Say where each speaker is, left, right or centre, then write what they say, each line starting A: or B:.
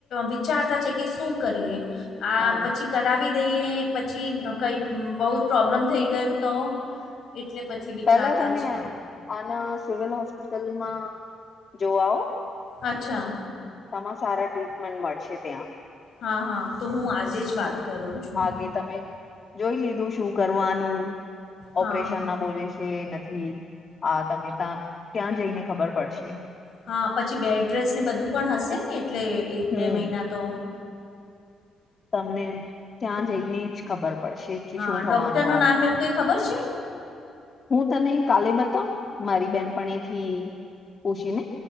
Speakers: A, on the left (about 65°); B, on the left (about 40°).
A: વિચારતા છે કે શું કરીએ આ
B: હા
A: પછી કરાવી દઈએ પછી કઈ બહુ જ પ્રોબ્લમ થઈ ગયું તો એટલે પછી વિચારતા
B: પેલા તમે
A: છે.
B: આના સિવિલ હોસ્પિટલમાં જોવાઓ
A: અચ્છા.
B: તમા સારા ટી મન મળશે ત્યાં
A: હા હા તો હું આજે જ વાત કરું છું
B: આગે તમે જોઈ લીધું શું કરવાનું
A: હા
B: ઓપરેશન
A: હા
B: ના બોલે છે નથી. હા તમે ત્યાં ત્યાં જઈને ખબર પડશે.
A: હા પછી બેડ્રેસ ને બધું પણ હશે ને એટલે એક બે
B: હમ
A: મહિના તો
B: તમને ત્યાં જઈને જ ખબર પડશે કે
A: હા
B: શું
A: ડૉક્ટરનું
B: થવાનું આગળ
A: નામ એવું કંઈ ખબર છે.
B: હું તને કાલે બતાવ મારી બેનપણી થી ઓછીને